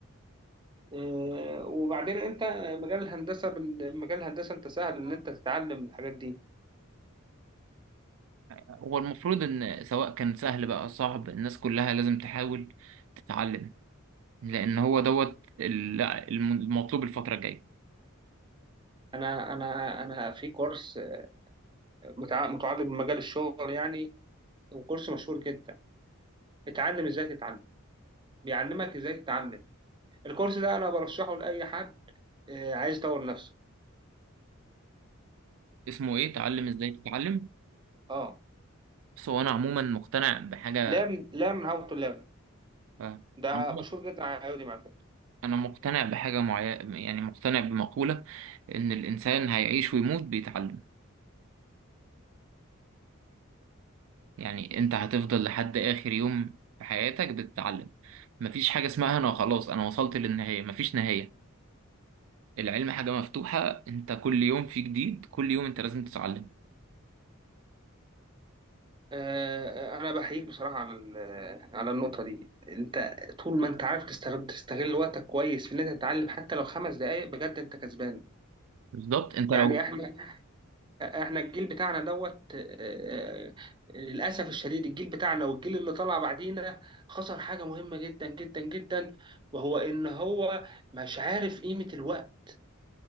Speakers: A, on the right; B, on the right.
A: آه، وبعدين انت مجال الهندسه بال- مجال الهندسه انت سهل ان انت تتعلم الحاجات دي
B: هو المفروض ان سواء كان سهل بقى صعب الناس كلها لازم تحاول تتعلم لان هو دوت ال- الم- المطلوب الفترة الجاية
A: انا انا انا في كورس متع- متعلق بمجال الشغل يعني وكورس مشهور جدا اتعلم ازاي تتعلم بيعلمك ازاي تتعلم الكورس ده انا برشحه لاي حد آه، عايز يطور نفسه
B: اسمه ايه تعلم ازاي تتعلم
A: اه
B: بس هو انا عموما مقتنع بحاجة
A: learn learn how to learn
B: آه،
A: ده
B: عموماً
A: مشهور جدا على يوديمي على فكرة.
B: انا مقتنع بحاجة معينة يعني مقتنع بمقولة ان الانسان هيعيش ويموت بيتعلم يعني انت هتفضل لحد اخر يوم في حياتك بتتعلم مفيش حاجة اسمها انا خلاص انا وصلت للنهاية مفيش نهاية العلم حاجة مفتوحة انت كل يوم في جديد كل يوم انت لازم تتعلم
A: آه، انا بحييك بصراحه على ال- على النقطه دي انت طول ما انت عارف تستغل تستغل وقتك كويس في ان انت تتعلم حتى لو خمس دقائق بجد انت كسبان
B: بالظبط انت
A: يعني
B: لو
A: احنا احنا الجيل بتاعنا دوت آه، آه، للاسف الشديد الجيل بتاعنا والجيل اللي طلع بعدينا خسر حاجه مهمه جدا جدا جدا وهو ان هو مش عارف قيمه الوقت